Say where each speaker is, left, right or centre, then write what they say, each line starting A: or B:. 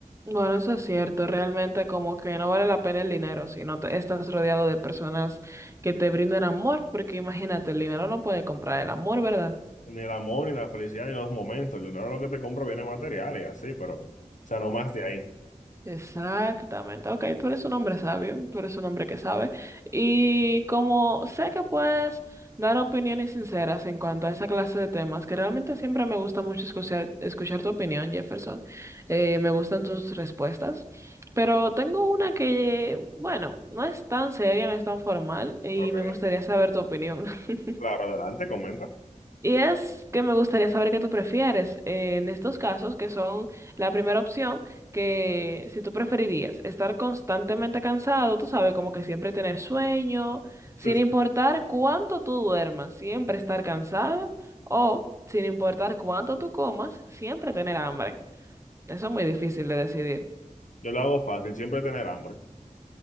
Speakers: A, on the right; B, on the left.
A: Bueno, eso es cierto, realmente como que no vale la pena el dinero si no te- estás rodeado de personas que te brinden amor, porque imagínate, el dinero no puede comprar el amor, ¿verdad?
B: Ni el amor, ni la felicidad, ni los momentos. El dinero lo que te compro viene material y así, pero, o sea, no más de ahí.
A: Exactamente. Ok, tú eres un hombre sabio, tú eres un hombre que sabe. Y como sé que puedes dar opiniones sinceras en cuanto a esa clase de temas, que realmente siempre me gusta mucho escuchar, escuchar tu opinión, Jefferson, eh, me gustan tus respuestas, pero tengo una que, bueno, no es tan seria, no es tan formal y
B: Ok,
A: me gustaría saber tu opinión. <laughs>
B: claro, adelante, comenta.
A: Y es que me gustaría saber qué tú prefieres eh, en estos casos, que son la primera opción, que si tú preferirías estar constantemente cansado, tú sabes, como que siempre tener sueño,
B: Entonces,
A: sin importar cuánto tú duermas, siempre estar cansado, o sin importar cuánto tú comas, siempre tener hambre. Eso es muy difícil de decidir.
B: yo lo hago fácil, siempre tener hambre.